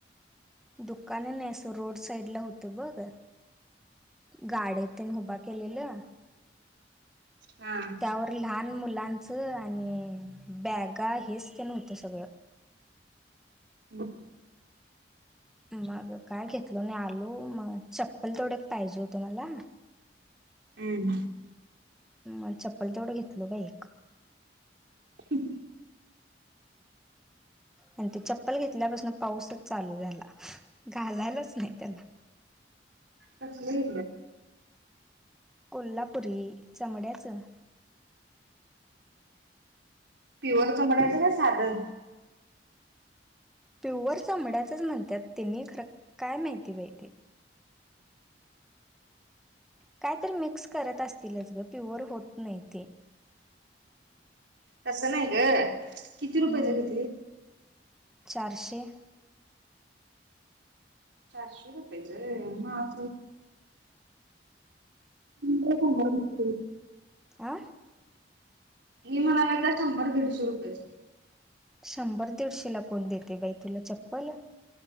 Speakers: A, in the centre; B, on the right.
A: दुकान नाही असं रोड साईड ला होत. ते बघ गाड उभा केलेला.
B: हा.
A: त्यावर लहान मुलांचं आणि बॅगा हेच ते नव्हतं सगळं
B: हो.
A: मग काय घेतल नाही आलू मग चप्पल तेथवढ पाहिजे होतं मला.
B: हम.
A: ह चप्पल तेवढं घेतल बा एक
B: ह्.
A: आणि ते चप्पल घेतल्यापासून पाऊसच चालू झाला घालायलाच नाही त्याला
B: कच नाही
A: कोल्हापुरी चमड्याचं.
B: प्युअर चमडायचं ना साधन
A: प्युअर चचामड्याचच म्हणतात त्यांनी खरं काय माहिती माहिती कायतरी मिक्स करत असतीलच ग प्युअर होत नाही ते
B: तसं नाही ग किती
A: हम्म
B: रुपये जगितले.
A: चारशे.
B: चारशे रुपयेचं मां ह हो.
A: आं
B: मी मलालात शंभर दीडशे रुपयाच.
A: शंभर दीडशे ला कोण देते बाई तुला चप्पल.